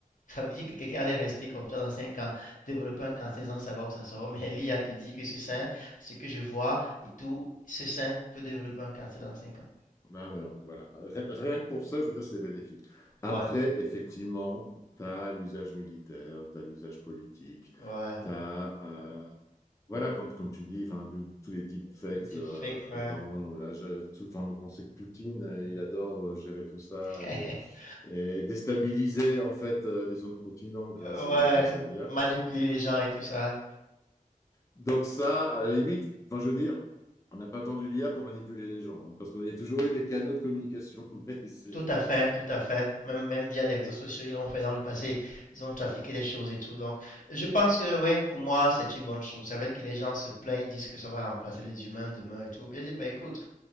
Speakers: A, on the left; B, on the left.
A: Ça veut dire que quelqu'un allait rester comme toi dans 5 ans, développer un cancer sans savoir où ça sera. Mais l'IA te dit que ce sein, ce que je vois et tout, ce sein peut développer un cancer dans 5 ans.
B: Ah, ben, voilà. Rien rien que pour ça, je veux dire, c'est bénéfique. Après,
A: Ouais,
B: effectivement, tu as l'usage militaire, tu as l'usage politique,
A: ouais.
B: tu as Voilà, comme, comme tu dis, enfin, le- tous les deepfakes,
A: Le deepfake,
B: euh,
A: ouais.
B: notamment, là, je- tout, enfin, on sait que Poutine, euh, il adore euh, gérer tout ça
A: <laughs>
B: et, et déstabiliser en fait euh, les zones continents grâce,
A: Ouais.
B: euh, grâce à l'IA.
A: Manipuler les gens et tout ça.
B: Donc ça, à la limite, enfin, je veux dire, on n'a pas attendu l'IA pour manipuler les gens, hein, parce qu'il y a toujours eu des canaux de communication. <laughs> Mais c'est, euh,
A: Tout à fait, tout à fait. Même, même via les réseaux sociaux, ils l'ont fait dans le passé. Ils ont trafiqué des choses et tout. Donc, je pense que, oui, pour moi, c'est une bonne chose. C'est vrai que les gens se plaignent, disent que ça va remplacer les humains demain et tout. Je dis, bah écoute,